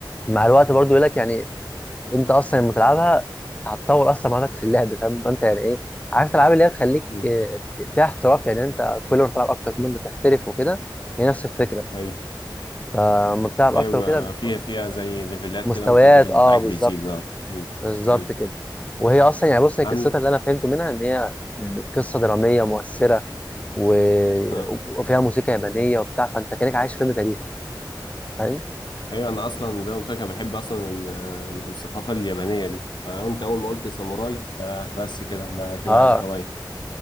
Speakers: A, on the left; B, on the left.
A: الوقت برضو يقول لك يعني انت اصلا لما تلعبها هتطور اصلا مهاراتك في اللعب فاهم انت يعني ايه عارف الالعاب اللي هي تخليك
B: أمم.
A: آه، فيها احتراف يعني انت كل ما تلعب اكتر كل ما انت تحترف وكده هي نفس الفكره
B: ايوه
A: فلما بتلعب
B: ايوه
A: اكتر وكده
B: آه، فيها فيها زي ليفلات
A: مستويات
B: كده وانت الليفل
A: اه
B: بتاعك
A: بالظبط
B: بيزيد اه أمم.
A: بالظبط
B: ايوه
A: كده وهي اصلا يعني بص هي
B: عامل
A: قصتها اللي انا فهمته منها ان هي يعني قصه دراميه مؤثره و...
B: اه
A: وفيها موسيقى يابانيه وبتاع فانت كانك عايش فيلم تاريخي فاهم
B: ايوه انا اصلا زي ما قلت لك انا بحب اصلا ال- آه، الثقافه اليابانيه دي فانت اول ما قلت ساموراي آه بس كده انا كده
A: اه
B: على هواي